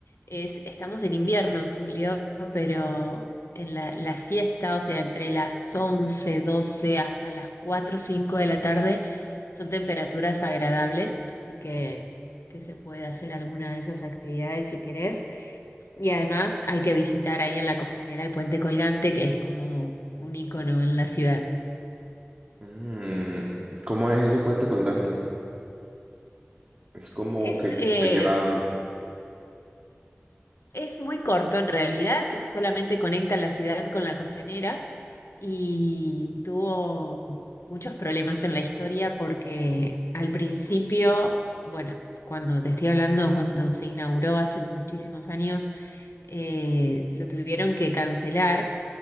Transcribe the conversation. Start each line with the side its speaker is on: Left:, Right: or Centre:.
Left: es, estamos en invierno en julio, pero en la, la siesta, o sea, entre las 11 12 hasta las 4, 5 de la tarde, son temperaturas agradables, así que que se puede hacer alguna de esas actividades si querés. Y además hay que visitar ahí en la costanera el puente colgante, que es como un icono en la ciudad.
Right: Mm, ¿cómo es ese puente colgante? Es como
Left: Es,
Right: que
Left: eh,
Right: te lleva a dónde.
Left: es muy corto en realidad, solamente conecta la ciudad con la costanera y tuvo muchos problemas en la historia porque al principio, bueno, cuando te estoy hablando, cuando se inauguró hace muchísimos años, eh, lo tuvieron que cancelar